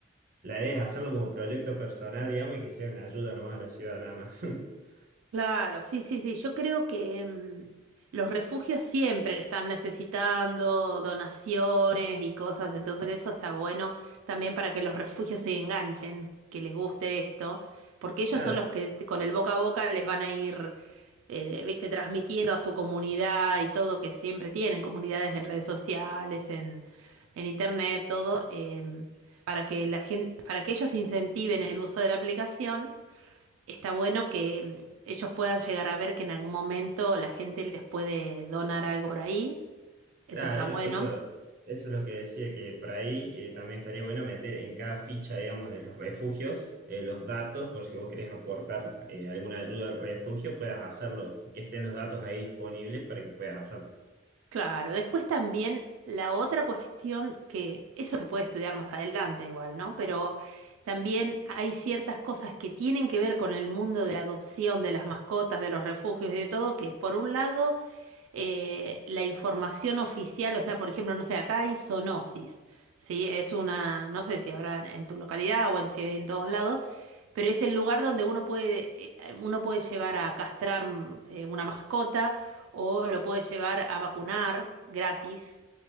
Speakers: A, on the right; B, on the right.
A: la idea es hacerlo como proyecto personal, digamos, y que sea una ayuda nomás a la ciudad, nada más. <laughs>
B: Claro, sí, sí, sí. Yo creo que mm, los refugios siempre están necesitando donaciones y cosas, entonces eso está bueno también para que los refugios se enganchen, que les guste esto, porque ellos
A: Claro,
B: son los que t- con el boca a boca les van a ir, eh, viste, transmitiendo a su comunidad y todo que siempre tienen, comunidades en redes sociales, en, en internet, todo, em, para que la gente, para que ellos incentiven el uso de la aplicación está bueno que mm, ellos puedan llegar a ver que en algún momento la gente les puede donar algo por ahí. Eso
A: Claro,
B: está bueno.
A: eso, eso es lo que decía, que por ahí eh, también estaría bueno meter en cada ficha, digamos, de los refugios, eh, los datos, por si vos querés aportar eh, alguna ayuda al refugio, puedas hacerlo, que estén los datos ahí disponibles para que puedas hacerlo.
B: Claro, después también la otra cuestión que eso se puede estudiar más adelante igual, ¿no? Pero también hay ciertas cosas que tienen que ver con el mundo de la adopción, de las mascotas, de los refugios y de todo, que es por un lado eh, la información oficial, o sea, por ejemplo, no sé, acá hay zoonosis, ¿sí? Es una, no sé si habrá en, en tu localidad o en, si hay en todos lados, pero es el lugar donde uno puede, eh, uno puede llevar a castrar mm, eh, una mascota o lo puede llevar a vacunar gratis.